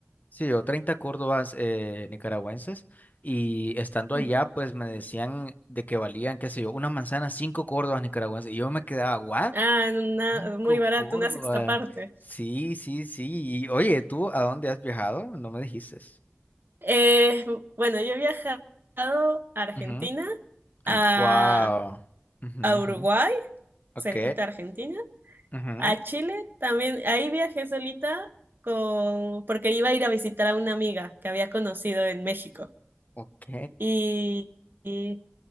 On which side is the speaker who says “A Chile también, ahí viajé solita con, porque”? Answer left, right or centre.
Right